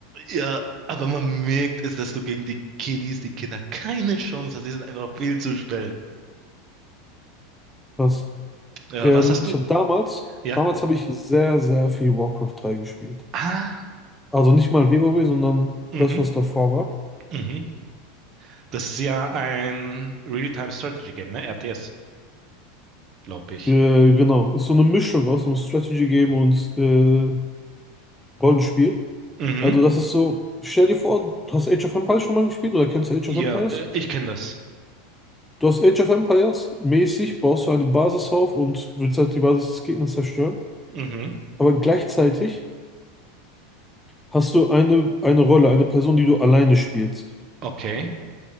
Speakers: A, on the right (about 35°); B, in the centre.
A: Ja, aber man merkt es, dass du gegen die Kiddies, die Kinder, keine Chance hast. Die sind einfach viel zu schnell.
B: Krass.
A: Ja,
B: Ähm,
A: was hast
B: ich
A: du?
B: habe damals,
A: Ja.
B: damals habe ich sehr, sehr viel Warcraft drei gespielt.
A: Ah,
B: Also nicht mal WoW, sondern
A: mhm,
B: das, was davor war.
A: mhm. Das ist ja ein Real-Time-Strategy-Game, ne? RTS, glaube ich.
B: Äh, genau. Ist so eine Mischung aus einem Strategy-Game und äh, Rollenspiel.
A: Mhm.
B: Also das ist so, stell dir vor, du hast Age of Empires schon mal gespielt oder kennst du Age
A: Ja,
B: of Empires?
A: äh, ich kenne das.
B: Du hast Age of Empires mäßig, baust du eine Basis auf und willst halt die Basis des Gegners zerstören.
A: Mhm.
B: Aber gleichzeitig hast du eine, eine Rolle, eine Person, die du alleine spielst.
A: Okay.